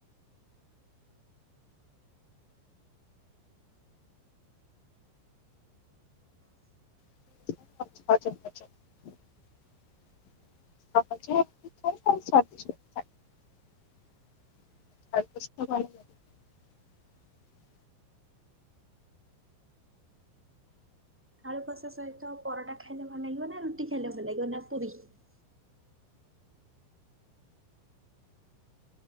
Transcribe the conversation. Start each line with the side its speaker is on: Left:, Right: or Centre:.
Left: <unintelligible> <unintelligible> <unintelligible>
Centre: ଆଳୁ କଷା ସହିତ ପରଟା ଖାଇଲେ ଭଲ ଲାଗିବ ନା ରୁଟି ଖାଇଲେ ଭଲ ଲାଗିବ ମତ ଦୃଷ୍ଟି ରୁ।